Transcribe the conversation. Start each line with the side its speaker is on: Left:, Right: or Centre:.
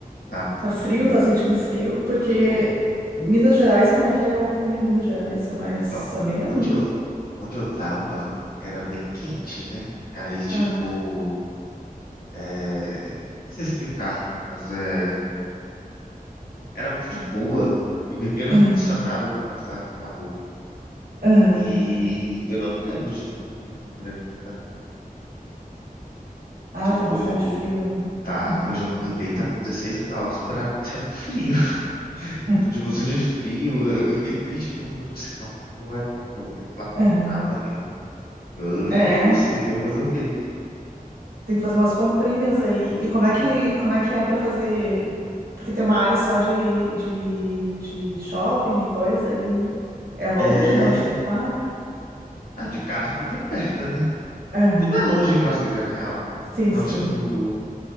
Left: Tá muito
Right: Tá
Left: frio.
Right: frio, tá sentindo frio, porque
Left: Tô.
Right: Minas Gerais, como é que é o clima em Minas Gerais? É mais
Left: Então,
Right: ameno?
Left: onde eu, onde eu tava era bem quente, né? Aí, tipo,
Right: Ah,
Left: é, eu não sei explicar, mas é, era muito de boa. Eu vivia no
Right: aham,
Left: ar-condicionado por passar calor.
Right: aham.
Left: E eu não me lembro de ter um frio tão grande igual tá tendo aqui.
Right: Ah,
Left: Tipo,
Right: tá bastante frio aí, né?
Left: tá,
Right: Aham,
Left: hoje eu acordei e tava 16 graus. Pra mim isso é muito frio. <laughs>
Right: <laughs>
Left: Eu tô de blusa de frio. Eu, eu fiquei triste que eu não trouxe calça de moletom. Eu vou ter que ir lá comprar
Right: aham.
Left: amanhã. Eu, eu
Right: É,
Left: não trouxe. Eu vou fazer o quê?
Right: tem que fazer umas comprinhas aí. E como
Left: Sim.
Right: é que, como é que é pra fazer? Porque tem uma área só de, de, de shopping e coisa, e é longe
Left: É.
Right: de onde tu tá?
Left: Ah, de carro tudo é perto, né?
Right: Aham.
Left: Tudo é longe em Brasília, na real.
Right: Sim,
Left: Então,
Right: sim.
Left: tipo,